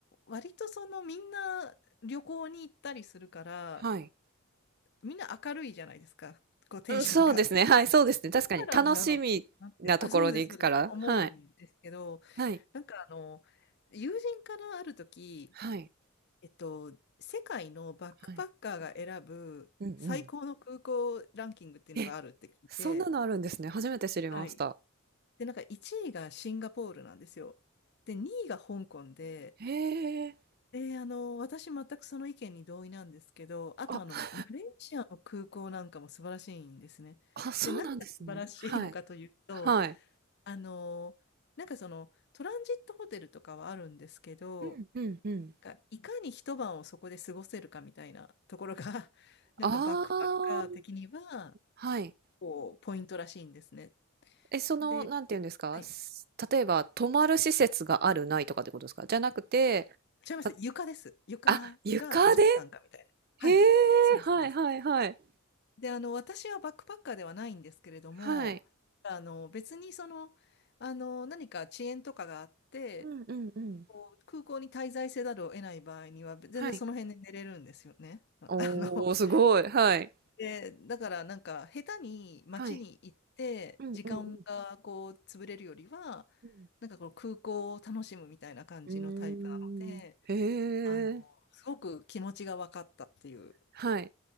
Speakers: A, on the left; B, on the right.
A: 割とそのみんな旅行に行ったりするから、
B: はい。
A: みんな明るいじゃないですか、こうテンションが。
B: うん、そうですね。はい、そうですね。確かに。
A: からなのかなって、
B: 楽しみなところに行くから。
A: あ、そうです、そうです、思うんですけど、
B: はい。はい。
A: なんかあの、友人からある時、
B: はい。
A: えっと、世界のバックパッカーが選ぶ最高の空港ランキングっていうのがあるって聞いて、
B: はい。うんうん。え、そんなのあるんですね。初めて知りました。
A: はい。で、なんか1位がシンガポールなんですよ。で、2位が香港で、
B: へえ。
A: で、あの、私全くその意見に同意なんですけど、あとあの、
B: あ、
A: マレーシアの空港なんかも素晴らしいんですね。
B: あ、そうなんですね。
A: で、何が素晴らしいのかというと、
B: はい。はい。
A: あのーなんかそのトランジットホテルとかはあるんですけど、
B: うんうんうん。
A: がいかに一晩をそこで過ごせるかみたいなところが、<laughs> なんかバックパッカー的には、
B: ああ、はい。
A: こう、ポイントらしいんですね。
B: え、その、
A: で、
B: なんていうんですか、
A: はい。
B: す例えば、泊まる施設がある、ないとかってことですかじゃなくて、
A: 違います。
B: た、
A: 床です。床が絨毯かみたいな。
B: あ、床でへえ、
A: はい。そうです、
B: はいはいはい。
A: そうです。で、あの、私はバックパッカーではないんですけれども、
B: はい。
A: あの、別にその、あの、何か遅延とかがあって、
B: うんうんうん。
A: こう空港に滞在せざるを得ない場合には、全然その辺で寝れるんですよね。
B: はい。
A: あ
B: おー、
A: <laughs> あの、
B: すごい。はい。
A: で、だからなんか、下手に街に行って、
B: はい。うんうん
A: 時間がこう、潰れるよりは、
B: うん。
A: なんかこの空港を楽しむみたいな感じのタイプなので、
B: うん。うーん。へえ、
A: あの、すごく気持ちが分かったっていう
B: はい。